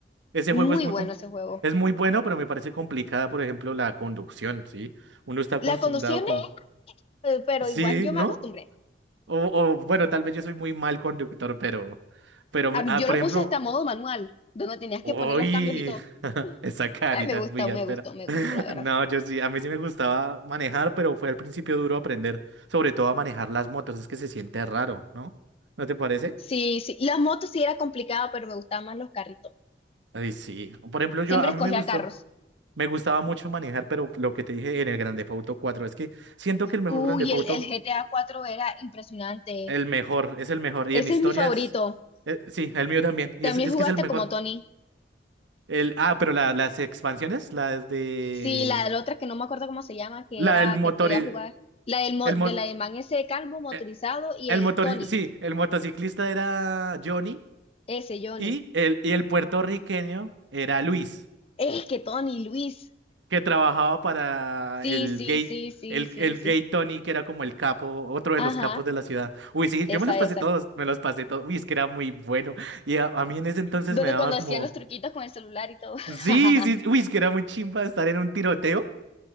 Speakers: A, on the right; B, on the left.
A: ese
B: Muy
A: juego es muy,
B: bueno
A: com-
B: ese juego.
A: es muy bueno, pero me parece complicada, por ejemplo, la conducción, ¿sí? Uno está acostumbrado
B: La conducción es, eh, pero
A: Sí,
B: igual yo
A: ¿no?
B: me acostumbré.
A: O, o, bueno, tal vez yo soy muy mal conductor, pero, pero,
B: A
A: me-
B: mí
A: ah,
B: yo
A: por
B: lo
A: ejemplo,
B: puse hasta modo manual, donde tenías
A: uy,
B: que poner los cambios y todo.
A: <laughs> esa carita
B: Pues me gustó,
A: es muy
B: me
A: áspera.
B: gustó, me
A: <laughs>
B: gustó, la verdad.
A: No, yo sí, a mí sí me gustaba manejar, pero fue al principio duro aprender, sobre todo a manejar las motos, es que se siente raro, ¿no? ¿No te parece?
B: Sí, sí. Las motos sí era complicado, pero me gustaban más los carritos.
A: Ay, sí. Por ejemplo, yo,
B: Siempre
A: a
B: escogía
A: mí me gustó,
B: carros.
A: me gustaba mucho manejar, pero lo que te dije en el Grand Theft Auto 4, es que siento que el mejor
B: Uy,
A: Grand Theft
B: el,
A: Auto,
B: el GTA 4 era impresionante.
A: el mejor, es el mejor, y
B: Ese
A: en historias,
B: es mi favorito.
A: eh, sí, el mío también, y
B: También
A: es, es
B: jugaste
A: que es el mejor.
B: como Tony.
A: El, ah, pero la- las expansiones, las de...
B: Sí, la de la otra que no me acuerdo cómo se llama, que
A: La
B: era
A: del motor...
B: que podía
A: El,
B: jugar. La del, mo- de
A: mo-
B: la del man ese calvo motorizado
A: eh,
B: y
A: el
B: el
A: motor...
B: Tony,
A: Sí, el motociclista era Johnny
B: ese Johnny.
A: y el, y el puertorriqueño era Luis,
B: Es que Tony, Luis.
A: que trabajaba para
B: Sí,
A: el
B: sí,
A: gay...
B: sí, sí,
A: El,
B: sí,
A: el
B: sí.
A: gay Tony, que era como el capo, otro
B: Ajá,
A: de los capos de la ciudad. Uy, sí,
B: esa,
A: yo me los pasé
B: esa.
A: todos, me los pasé todos. Uy, es que era muy bueno. Y a, a mí en ese entonces
B: Donde
A: me daba
B: cuando hacía
A: como...
B: los truquitos con el celular y todo.
A: Sí,
B: <laughs>
A: sí, uy, es que era muy chimba estar en un tiroteo.